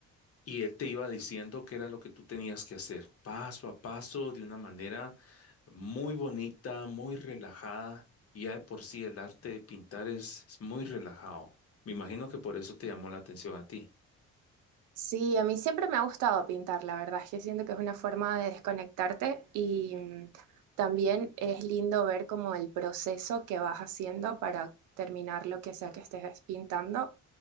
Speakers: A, on the left; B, on the right.
A: y él te iba diciendo qué era lo que tú tenías que hacer, paso a paso, de una manera muy bonita, muy relajada. Y ya de por sí el arte de pintar es es muy relajado. Me imagino que por eso te llamó la atención a ti.
B: Sí, a mí siempre me ha gustado pintar, la verdad es que siento que es una forma de desconectarte y mm, también es lindo ver como el proceso que vas haciendo para terminar lo que sea que estés pintando.